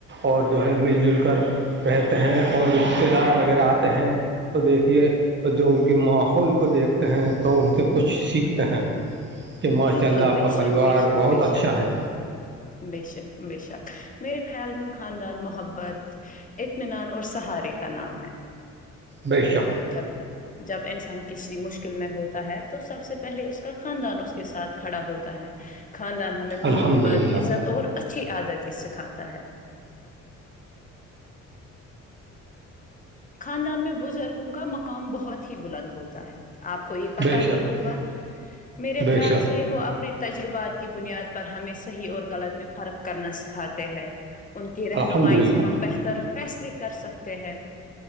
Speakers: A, on the right (about 35°); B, on the left (about 25°).
A: اور جو ہے مل جل کر رہتے ہیں اور رشتے دار وغیرہ آتے ہیں تو دیکھیے جو ان کے ماحول کو دیکھتے ہیں تو ان سے کچھ سیکھتے ہیں کہ ماشاء
B: بالکل
A: اللہ آپ
B: بے
A: کا پریوار
B: شک بے شک
A: بہت
B: بے
A: اچھا
B: شک
A: ہے
B: بے شک بے شک میرے خیال میں خاندان محبت اطمینان اور سہارے کا نام ہے
A: بی شک
B: جب جب انسان کسی مشکل میں ہوتا ہے تو سب سے پہلے اس کا خاندان اس کے ساتھ کھڑا ہوتا ہے خاندان ہمیں محبت
A: الحمد للہ
B: عزت اور اچھی عادتیں سکھاتا ہے خاندان میں بزرگوں کا مقام بہت ہی بلند ہوتا ہے آپ کو یہ پتا
A: بے شک
B: ہی ہوگا میرے
A: بے
B: خیال
A: شک
B: سے وہ اپنے تجربات کی بنیاد پر ہمیں صحیح اور غلط میں فرق کرنا سکھاتے ہے ان کی رہنمائی
A: الحمد للہ
B: سے ہم بہتر فیصلے کر سکتے ہیں